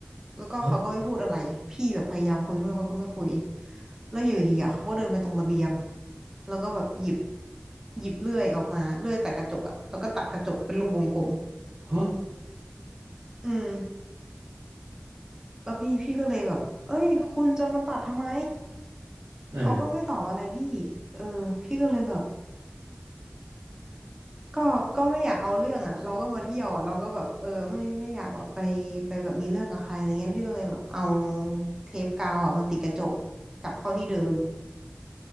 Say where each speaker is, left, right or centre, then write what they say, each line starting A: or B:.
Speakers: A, on the right; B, on the right.
A: แล้วก็เขาก็ไม่พูดอะไรพี่แบบพยายามคุยด้วยเขาก็ไม่คุย
B: ฮะ
A: แล้วอยู่ดีๆอ่ะเขาก็เดินไปตรงระเบียงแล้วก็แบบหยิบหยิบเลื่อยออกมาเลื่อยตัดกระจกอ่ะแล้วก็ตัดกระจกเป็นรูปวงกลม
B: ฮะ
A: อืมแล้วพี่พี่ก็เลยแบบเอ้ยคุณจะมาตัดทำไม
B: อ่า
A: เขาก็ไม่ตอบอะไรพี่เออพี่ก็เลยแบบ ก็ก็ไม่อยากเอาเรื่องอ่ะเราก็มาเที่ยวอะเราก็แบบเออไม่ไม่อยากแบบไปไปแบบมีเรื่องกับใครอะไรเงี้ยพี่ก็เลยแบบเอาเทปกาวอ่ะมาติดกระจกกลับเข้าที่เดิม